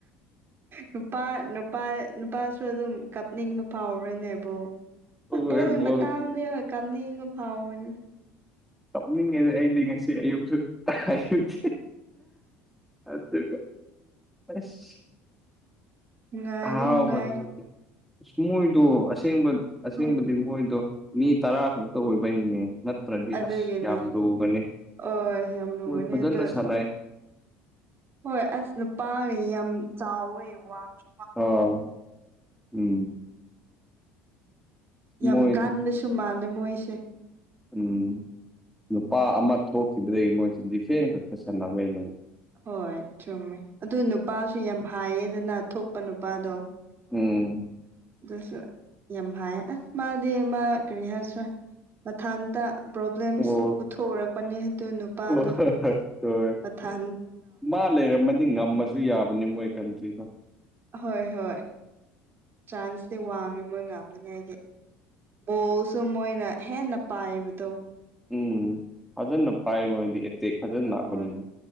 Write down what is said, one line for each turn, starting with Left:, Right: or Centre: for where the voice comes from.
Right: ꯅꯨꯄꯥ ꯅꯨꯄꯥ ꯅꯨꯄꯥꯁꯨ ꯑꯗꯨꯝ ꯀꯞꯅꯤꯡꯕ ꯐꯥꯎꯕ꯭ꯔꯥꯅꯦꯕꯣ
Centre: ꯍꯣꯏ
Right: ꯑ ꯄꯣꯒꯤ
Centre: ꯕꯣꯜ
Right: ꯃꯇꯥꯡꯗꯤ ꯍꯣꯏ ꯀꯥꯞꯅꯤꯡꯕ ꯐꯥꯎꯕꯅꯤꯅ
Centre: ꯀꯞꯅꯤꯡꯉꯦꯗ ꯑꯩꯗꯦ ꯉꯁꯤ ꯁꯤ ꯑꯌꯨꯛꯁꯨ ꯑꯌꯨꯛꯁ ꯑꯗꯨꯒ ꯑꯁ
Right: ꯅꯨꯡꯉꯥꯏꯗꯤ
Centre: ꯑꯍꯥꯎꯕ
Right: ꯅꯨꯡꯉꯥꯏ
Centre: ꯑꯁ ꯃꯣꯏꯗꯣ ꯑꯁꯦꯡꯕ ꯑꯁꯦꯡꯕꯗꯤ
Right: ꯍꯣꯏ
Centre: ꯃꯣꯏꯗꯣ ꯃꯤ ꯇꯔꯥ ꯈꯛꯇ ꯑꯣꯏꯕꯩꯅꯦ ꯅꯠꯇ꯭ꯔꯗꯤ
Right: ꯑꯗꯨꯒꯤꯅꯦ
Centre: ꯑꯁ ꯌꯥꯝ ꯂꯨꯒꯅꯤ
Right: ꯍꯣꯏ ꯌꯥꯝ ꯂꯨꯕꯅꯦ
Centre: ꯃꯣꯏ ꯐꯖꯅ
Right: ꯑꯗꯣ
Centre: ꯁꯥꯟꯅꯩ
Right: ꯍꯣꯏ ꯑꯁ ꯅꯨꯄꯥꯒ ꯌꯥꯝ ꯆꯥꯎꯋꯦ ꯋꯥꯉꯦ
Centre: ꯑꯩ ꯎꯝ
Right: ꯌꯥꯝ
Centre: ꯃꯣꯏꯗꯣ
Right: ꯀꯥꯟꯕꯁꯨ ꯃꯥꯜꯂꯦ ꯃꯣꯏꯁꯦ
Centre: ꯎꯝ ꯂꯨꯄꯥ ꯑꯃ ꯊꯣꯛꯈꯤꯕꯗꯒꯤ ꯃꯣꯏꯁ ꯗꯤꯐꯦꯟ ꯈꯛꯇ ꯁꯟꯅꯅꯕꯩꯅꯦ
Right: ꯍꯣꯏ ꯆꯨꯝꯃꯦ ꯑꯗꯨ ꯅꯨꯄꯥꯁꯨ ꯌꯥꯝ ꯍꯥꯏꯌꯦꯗꯅ ꯊꯣꯛꯄ ꯅꯨꯄꯥꯗꯣ
Centre: ꯎꯝ
Right: ꯑꯗꯨꯁꯨ ꯌꯥꯝ ꯍꯥꯏꯌꯦ ꯑꯁ ꯃꯥꯗꯤ ꯃꯥ ꯀꯔꯤ ꯍꯥꯏꯔꯁꯨ ꯃꯊꯥꯟꯇ ꯄ꯭ꯔꯣꯕ꯭ꯂꯦꯝꯁ
Centre: ꯑꯣ
Right: ꯄꯨꯊꯣꯛꯎꯔꯛꯄꯅꯦ ꯑꯗꯨ ꯅꯨꯄꯥꯗꯣ
Centre: ꯑꯣ ꯍꯣꯏ
Right: ꯃꯊ
Centre: ꯃꯥ ꯂꯩꯔꯝꯃꯗꯤ ꯉꯝꯃꯁꯨ ꯌꯥꯕꯅꯤ ꯃꯣꯏ ꯀꯟꯇ꯭ꯔꯤꯗꯣ
Right: ꯍꯣꯏ ꯍꯣꯏ ꯆꯥꯟꯁꯇꯦ ꯋꯥꯡꯉꯦ ꯃꯣꯏ ꯉꯥꯅꯤꯉꯥꯏꯒꯤ ꯕꯣꯜꯁꯨ ꯃꯣꯏꯅ ꯍꯦꯟꯅ ꯄꯥꯏꯕꯗꯣ
Centre: ꯎꯝ ꯐꯖꯅ ꯄꯥꯏ ꯃꯣꯏꯗꯤ ꯑꯦꯇꯩꯦꯛ ꯐꯖꯅ ꯂꯥꯛꯄꯅꯤ
Right: ꯍꯣꯏ